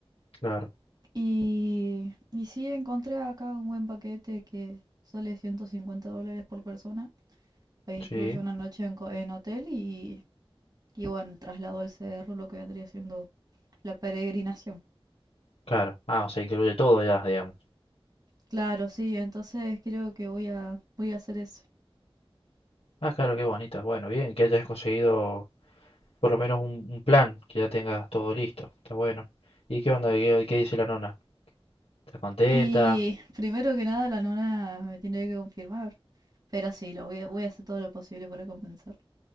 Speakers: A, on the left; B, on the right.
A: claro,
B: Y, y sí, encontré acá un buen paquete que sale 150 dólares por persona e incluye
A: sí,
B: una noche en, co- en hotel y, y bueno, el traslado al cerro, lo que vendría siendo la peregrinación.
A: claro. Ah, o sea, incluye todo ya, digamos.
B: Claro, sí, entonces creo que voy a, voy a hacer eso.
A: Ah, claro, qué bonita. Bueno, bien, que hayas conseguido por lo menos un, un plan, que ya tengas todo listo. Está bueno. ¿Y qué onda? ¿Qué, qué dice la nona? ¿Está contenta?
B: Y primero que nada, la nona me tiene que confirmar, pero sí, lo voy a, voy a hacer todo lo posible para compensar.